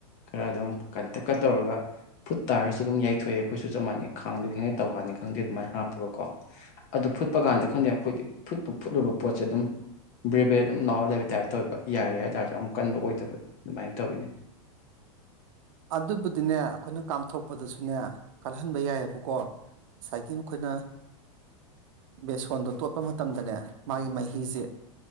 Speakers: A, on the left (about 40°); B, on the right (about 60°).
A: ꯈꯔ ꯑꯗꯨꯝ ꯀꯟꯇꯀꯠ ꯇꯧꯔꯒ ꯐꯨꯠ ꯇꯥꯔꯁꯨ ꯁꯨ ꯑꯗꯨꯝ ꯌꯏꯊꯣꯛꯑꯦ ꯑꯩꯈꯣꯏꯁꯨ ꯆꯞ ꯃꯥꯟꯅꯩ ꯈꯥꯡꯗꯦꯗꯤ ꯈꯪꯗꯦ ꯇꯧꯍꯅꯤ ꯈꯪꯗꯦ ꯑꯗꯨꯃꯥꯏ ꯍꯥꯞꯄꯒꯀꯣ ꯑꯗꯨ ꯐꯨꯠꯄ ꯀꯥꯟꯗ ꯈꯪꯗꯦ ꯑꯩꯈꯣꯏꯗꯤ ꯐꯨꯠꯄ ꯐꯨꯠꯂꯨꯕ ꯄꯣꯠꯁꯦ ꯑꯗꯨꯝ ꯕ꯭ꯔꯦꯕꯦꯗ ꯑꯗꯨꯝ ꯂꯥꯎꯔ ꯂꯩꯕ ꯇꯥꯏꯞꯇ ꯑꯣꯏꯕ ꯌꯥꯏꯔꯦ ꯍꯥꯏꯇꯥꯥꯔꯁꯨ ꯑꯗꯨꯝ ꯀꯟꯕ ꯑꯣꯏꯗꯕ ꯗꯣ ꯑꯗꯨꯃꯥꯏꯅ ꯇꯧꯋꯤꯅꯦ
B: ꯑꯗꯨꯕꯨꯗꯤꯅꯦ ꯑꯩꯈꯣꯏꯅ ꯀꯥꯝꯊꯣꯛꯄꯗꯁꯨꯅꯦ ꯀꯜꯍꯟꯕ ꯌꯥꯏꯑꯕꯀꯣ ꯉꯁꯥꯏꯒꯤ ꯃꯈꯣꯏꯅ ꯕꯦꯁꯣꯟꯗꯣ ꯇꯣꯠꯄ ꯃꯇꯝꯗꯅꯦ ꯃꯥꯒꯤ ꯃꯍꯤꯁꯦ